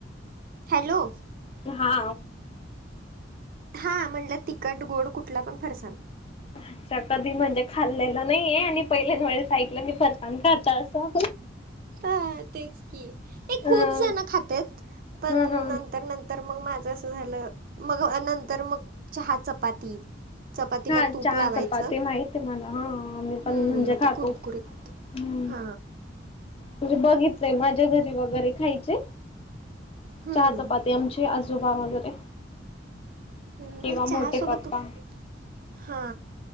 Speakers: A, on the right; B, on the left.
A: हॅलो
B: हा
A: हा म्हणलं तिखट गोड कुठला पण फरसाना
B: अच्छा कधी म्हणजे खाल्लेला नईये आणि पहिलेच म्हणजे साइटल मी फरसाना खात असं.
A: हा तेच की हे
B: अ
A: खूप जण खातेत. पण
B: हा हा
A: नंतर नंतर- तर मग माझं अस झालं. मग नंतर मग चहा चपाती. चपातीला
B: हा
A: तूप
B: चहा
A: लावायचं.
B: चपाती माहित आहे मला हा मी पण
A: हम्म
B: म्हणजे
A: मग
B: खातो
A: ते कुरकुरीत-
B: हम्म
A: ह
B: म्हणजे बघितलंय माझ्या घरी वगैरे खायचे
A: हम्म
B: चहा चपा - ते आमचे आजोबा वगैरे.
A: हम्
B: किंवा
A: नइ
B: मोठे
A: चहा सोबत
B: पप्पा
A: तूप हा.